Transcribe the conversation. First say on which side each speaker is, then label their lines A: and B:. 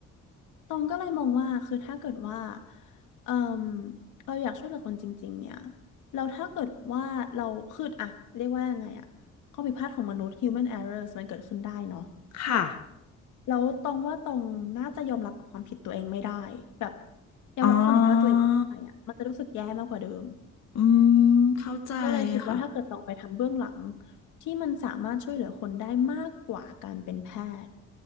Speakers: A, on the left (about 80°); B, on the left (about 55°).
A: ตรงก็เลยมองว่าคือถ้าเกิดว่าเออเราอยากช่วยเหลือคนจริงๆเนี่ยเราถ้าเกิดว่าเราคืออะเรียกว่ายังไงอะข้อผิดพลาดของมนุษย์ human errors มันเกิดขึ้นได้เนาะ
B: ค่ะ
A: แล้วตรงว่าตรงน่าจะยอมรับกับความผิดตัวเองไม่ได้แบบยอมรับความผิดพลาดตัวเองไม่ได้อะมันจะรู้สึกแย่มากกว่าเดิม
B: อ๋ออืมเข้าใจ
A: ก็เลยคิดว่าถ้าเกิดตรงไปทำเบื้องหลัง
B: ค่ะ
A: ที่มันสามารถช่วยเหลือคนได้มากกว่าการเป็นแพทย์